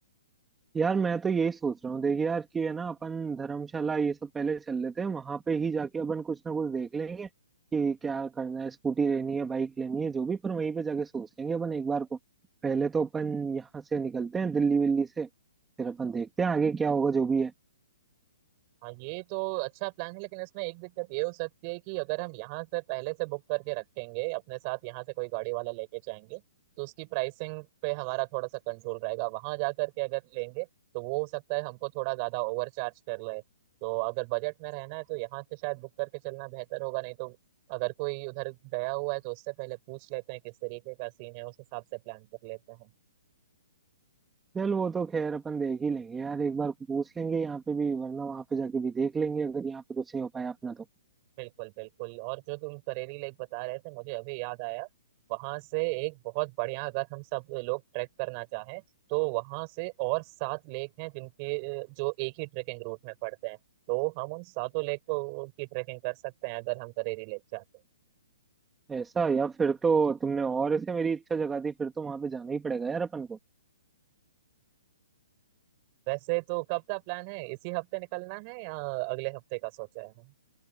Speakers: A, in the centre; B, on the right.
A: यार मैं तो यही सोच रहा हूँ देख यार कि है ना अपन धर्मशाला ये सब पहले चल लेते हैं वहां पे ही जाके अपन कुछ ना कुछ देख लेंगे कि क्या करना है स्कूटी लेनी है बाइक लेनी है जो भी पर वहीं पे जाके सोच लेंगे अपन एक बार को पहले तो अपन यहाँ से निकलते हैं दिल्ली विल्ली से फिर अपन देखते हैं आगे क्या होगा जो भी है
B: हाँ ये तो अच्छा प्लान है लेकिन इसमें एक दिक्कत ये हो सकती है कि अगर हम यहाँ से पहले से बुक करके रखेंगे अपने साथ यहाँ से कोई गाड़ी वाला लेके जाएंगे तो उसकी प्राइसिंग पे हमारा थोड़ा सा कंट्रोल रहेगा वहां जा करके अगर लेंगे तो वो हो सकता है हमको थोड़ा ज्यादा ओवर चार्ज कर ले तो अगर बजट में रहना है तो यहाँ से शायद बुक करके चलना बेहतर होगा नहीं तो अगर कोई उधर गया हुआ है तो उससे पहले पूछ लेते हैं किस तरीके का सीन है उस हिसाब से प्लान कर लेते हैं
A: चल वो तो खैर अपन देख ही लेंगे यार एक बार पूछ लेंगे यहाँ पे भी वरना वहां पे जाके भी देख लेंगे अगर यहाँ पे कुछ नहीं हो पाया अपना तो
B: बिल्कुल बिल्कुल और जो तुम करेरी लेक बता रहे थे मुझे अभी याद आया वहां से एक बहुत बढ़िया अगर हम सब लोग ट्रैक करना चाहें तो वहां से और सात लेक हैं जिनके अ, जो एक ही ट्रेकिंग रूट में पड़ते हैं तो हम उन सातों लेक को की ट्रेकिंग कर सकते हैं अगर हम करेरी लेक चाहते हैं
A: ऐसा या फिर तो तुमने और ऐसे मेरी इच्छा जगा दी फिर तो वहां पे जाना ही पड़ेगा यार अपन को
B: वैसे तो कब का प्लान है इसी हफ्ते निकलना है या अगले हफ्ते का सोचा है